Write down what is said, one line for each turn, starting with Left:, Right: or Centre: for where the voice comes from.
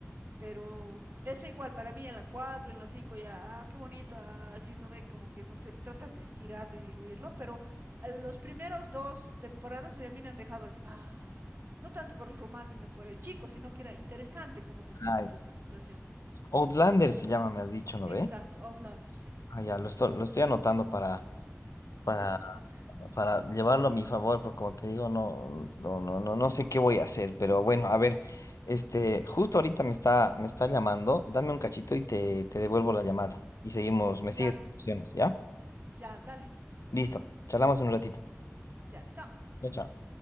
Right: Pero esa igual, para mí en la 4 en la 5 ya, ah, qué bonito, ah, así no ve como que no se tratan de estirarlo y diluirlo, pero los primeros dos temporadas o sea, a mí me han dejado así, ah, no tanto por el romance, sino por el chico, sino que era interesante como te explican
Left: ay.
Right: toda esta situación.
Left: Outlander se llama, me has dicho, ¿no
Right: Exacto,
Left: ve?
Right: Outlander, sí.
Left: Ah, ya, lo estoy, lo estoy anotando para, para,
Right: Eso, anota.
Left: para llevarlo a mi favor, porque como te digo, no, no, no, no, no sé qué voy a hacer, pero bueno, a ver, este, justo ahorita me está, me está llamando, dame un cachito y te, te devuelvo la llamada. Y seguimos, me
Right: Ya,
Left: sigues opciones, ¿ya?
Right: ya, dale.
Left: Listo, charlamos en un ratito.
Right: Ya, chao.
Left: Ya, chao.